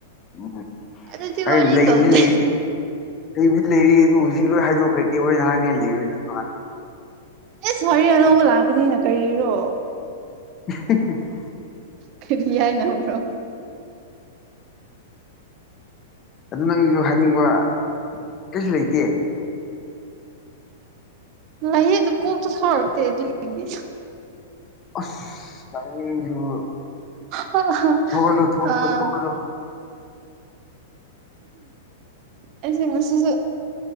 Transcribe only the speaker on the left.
ꯎꯝ
ꯑꯩ
ꯂꯩꯗꯤ
ꯂꯩꯔꯤ ꯂꯩꯕꯨꯗꯤ ꯂꯩꯔꯤ ꯑꯗꯨ ꯍꯧꯖꯤꯛ ꯂꯣꯏ ꯍꯥꯏꯗꯣꯛꯈ꯭ꯔꯗꯤ ꯍ‌ꯣꯔ‌ꯦꯟ ꯍꯥꯏꯅꯤꯉꯥꯏ ꯂꯩꯔꯣꯏꯗꯩ
<unintelligible>
ꯑꯗꯨ ꯅꯪꯒꯤꯁꯨ ꯍꯥꯏꯅꯤꯡꯕ ꯀꯩꯁꯨ ꯂꯩꯇꯦ
ꯑꯁ ꯅꯪꯁꯤꯁꯨ
ꯊꯧꯒꯠꯂꯨ ꯊꯧꯒꯠꯂꯨ
ꯊꯧꯒꯠꯂꯨ